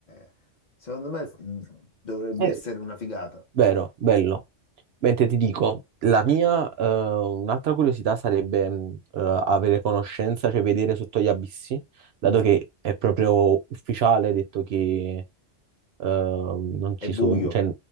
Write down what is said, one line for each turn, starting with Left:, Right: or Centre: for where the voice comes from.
Left: eh, secondo me mm, dovrebbe
Right: Eh,
Left: essere una figata.
Right: vero, bello. Mentre ti dico, la mia, eh, un'altra curiosità sarebbe mh, eh, avere conoscenza, cioè vedere sotto gli abissi, dato
Left: Mm.
Right: che è proprio ufficiale, detto che eh, non
Left: È
Right: ci
Left: buio,
Right: sono, cioè,